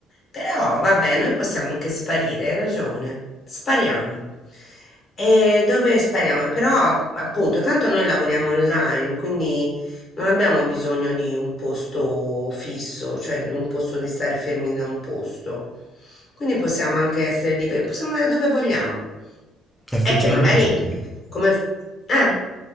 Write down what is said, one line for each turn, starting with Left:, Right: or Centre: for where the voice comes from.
Left: però vabbè, noi possiamo anche sparire, hai ragione, spariamo. E dove spariamo? Però a- appunto, tanto noi lavoriamo online, quindi non abbiamo bisogno di un posto fisso, cioè di un posto di stare fermi da un posto. Quindi possiamo anche essere liberi, possiamo andare dove vogliamo.
Centre: <laughs> Effettivamente
Left: È che magari
Centre: sì.
Left: come... f- Eh,